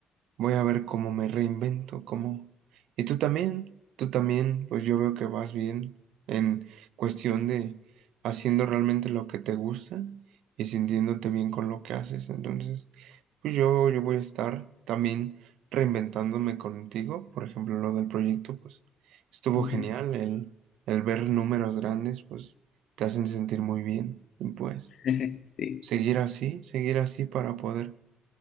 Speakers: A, on the right (about 85°); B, on the left (about 65°).
A: voy a ver cómo me reinvento, cómo... Y tú también, tú también, pues yo veo que vas bien en cuestión de haciendo realmente lo que te gusta y sintiéndote bien con lo que haces. Entonces, pues yo, yo voy a estar también reinventándome contigo. Por ejemplo, lo del proyecto, pues estuvo
B: Ujú.
A: genial. El, el ver números grandes, pues te hacen sentir muy bien. Y pues
B: <laughs> Sí,
A: seguir así, seguir así para poder